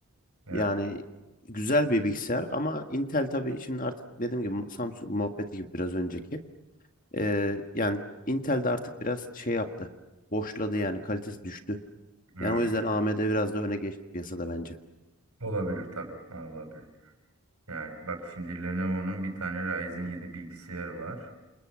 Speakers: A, on the right (about 80°); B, on the left (about 35°).
A: Evet.
B: Yani güzel bir bilgisayar ama Intel tabii şimdi artık dediğim gibi Samsung muhabbeti gibi biraz önceki. Ee, yani Intel de artık biraz şey yaptı. Boşladı yani kalitesi düştü.
A: Hmm.
B: Yani o yüzden AMD biraz da öne geçti piyasada bence.
A: Olabilir tabii. Olabilir. Yani bak şimdi Lenovo'nun bir tane Ryzen 7 bilgisayarı var.